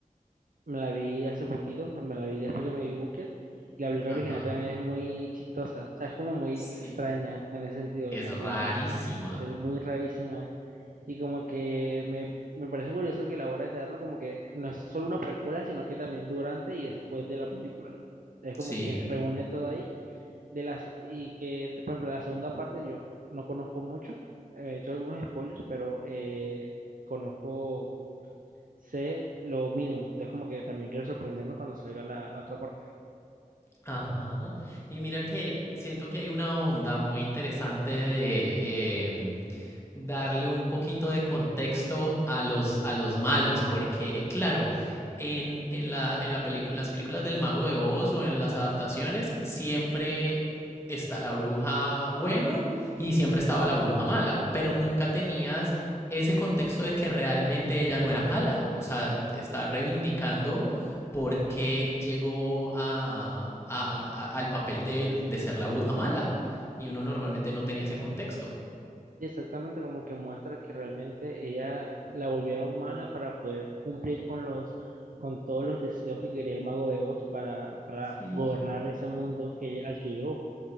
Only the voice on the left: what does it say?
Ajá,
sí.
Es
rarísima.
Sí.
Ajá. Y mira que siento que hay una onda muy interesante de em, darle un poquito de contexto a los, a los malos, porque claro, en, en la, en la pelicu- las películas del Mago de Oz o en las adaptaciones siempre está la bruja buena y siempre estaba la bruja mala, pero nunca tenías ese contexto de que realmente ella no era mala, o sea, está reivindicando por qué llegó a, a- a- al papel de, de ser la bruja mala. Y uno normalmente no tenía ese contexto.
Sí.